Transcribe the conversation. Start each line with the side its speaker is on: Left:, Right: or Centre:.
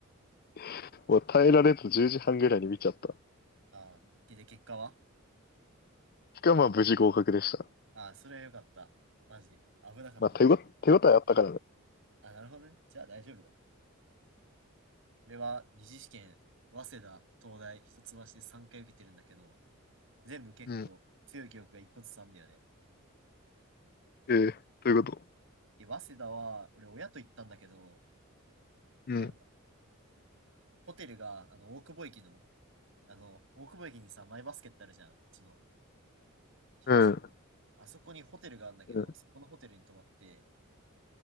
Left: <laughs> もう耐えられず10時半ぐらいに見ちゃった。
Right: ああ、で、で結果は
Left: しかもまあ無事合格でした。
Right: ああ、それはよかった。マジで。危なかったな。
Left: まあ手ご、手応えあったからね。
Right: あ、なるほどね。じゃあ大丈夫だ。俺は二次試験、早稲田、東大、一橋で3回受けてるんだけど、全部結構強い記憶が一個ずつあんだよね。
Left: うん。ええどういうこと
Right: で、早稲田は、俺、親と行ったんだけど、
Left: うん。
Right: なんか、ホテルが、あの、大久保駅の、あの、大久保駅にさ、マイバスケってあるじゃん、うちの、東の。
Left: うん。
Right: あそこにホテルがあるんだけど、
Left: うん。
Right: そこのホテルに泊まって、